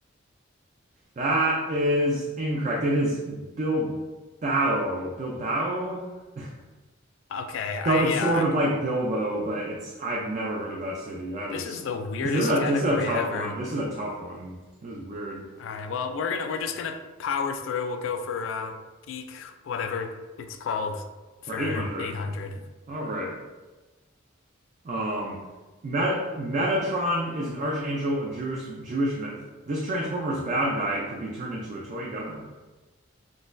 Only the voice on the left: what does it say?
Okay, I
yeah,
I-
this
is the weirdest
category
ever.
All right, well, we're gonna we're just gonna power through. We'll go for uh geek, whatever it's called, for
800.